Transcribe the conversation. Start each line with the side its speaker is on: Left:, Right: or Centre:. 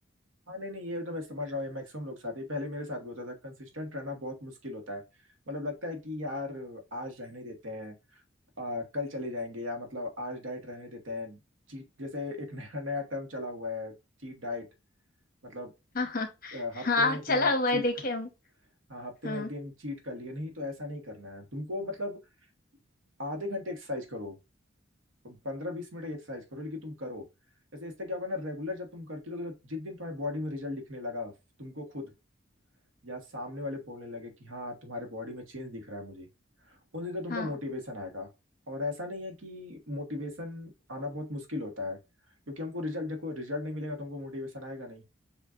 Right: हाँ नहीं नहीं ये तो मैं समझ रहा हूँ ये मैक्सिमम लोग साथ ही पहले मेरे साथ भी होता था कंसिस्टेंट रहना बहुत मुश्किल होता है मतलब लगता है कि यार आज रहने देते हैं आ, कल चले जाएंगे या मतलब आज डाइट रहने देते हैं चीट जैसे एक नया नया टर्म चला हुआ है चीट डाइट, मतलब
Left: हाँ हाँ
Right: अ, हफ्ते
Left: हाँ
Right: में एक
Left: चला
Right: दिन
Left: हुआ
Right: चीट
Left: है देखे हम
Right: हाँ हफ्ते
Left: हाँ
Right: में एक दिन चीट कर लिया नहीं तो ऐसा नहीं करना है तुमको मतलब आधे घंटे एक्सरसाइज करो पंद्रह बीस मिनट एक्सरसाइज करो लेकिन तुम करो ऐसे इससे क्या होगा ना रेगुलर जब तुम करती रहोगे तो जिस दिन तुम्हारी बॉडी में रिजल्ट दिखने लगा तुमको खुद या सामने वाले बोलने लगे कि हाँ तुम्हारे बॉडी में चेंज दिख रहा है मुझे उस दिन तो तुमको
Left: हाँ
Right: मोटिवेशन आएगा और ऐसा नहीं है कि मोटिवेशन आना बहुत मुश्किल होता है क्योंकि हमको रिजल्ट देखो रिजल्ट नहीं मिलेगा तुमको मोटिवेशन आएगा नहीं